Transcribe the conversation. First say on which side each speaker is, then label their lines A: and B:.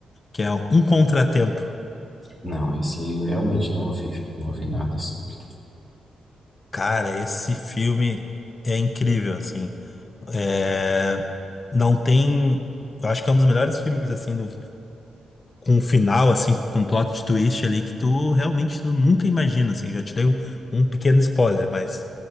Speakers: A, on the left (about 25°); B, in the centre.
A: que é Um Contratempo.
B: Não, esse aí eu realmente não ouvi, não ouvi nada sobre.
A: Cara, esse filme é incrível, assim. É, não tem. Eu acho que é um dos melhores filmes, assim, do- com o final, assim, com um plot twist ali que tu realmente tu nunca imagina, assim. Já te dei um, um pequeno spoiler, mas